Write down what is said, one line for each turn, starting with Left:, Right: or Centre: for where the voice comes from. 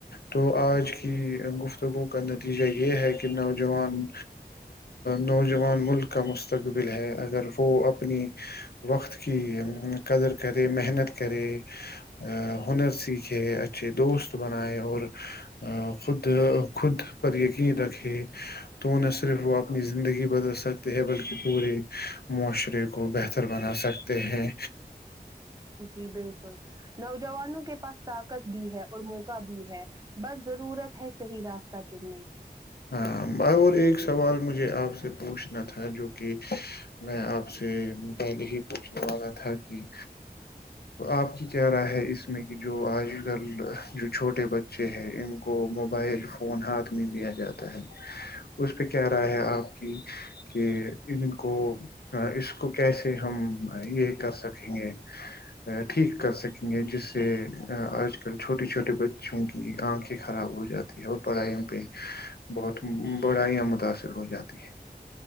Left: تو آج کی گفتگو کا نتیجہ یہ ہے کہ نوجوان نوجوان ملک کا مستقبل ہے اگر وہ اپنی وقت کی قدر کرے محنت کرے ا ہنر سیکھے اچھے دوست بنائے اور خود خود پر یقین رکھے تو نہ صرف وہ اپنی زندگی بدل سکتے ہیں بلکہ پورے معاشرے کو بہتر بنا سکتے ہیں
Right: جی بالکل ہچ نوجوانوں کے پاس طاقت بھی ہے اور موقع بھی ہے بس ضرورت ہے صحیح راستہ چننے کی
Left: ہاں باہ ایک سوال مجھے آپ سے پوچھنا تھا جو کہ میں آپ سے پہلے ہی پوچھنے والا تھا کہ آپ کی کیا رائے ہے اس میں کہ جو آج کل جو چھوٹے بچے ہے ان کو موبائل فون ہاتھ میں دیا جاتا اس پہ کیا رائے ہے آپ کی کہ ان کو اس کو کیسے ہم یہ کر سکیں گے ٹھیک کر سکیں گے جس سے آج کل چھوٹے چھوٹے بچوں کی آنکھیں خراب ہو جاتی ہے اور پڑھائیوں پہ بہت بڑھائییا متاثر ہو جاتی ہے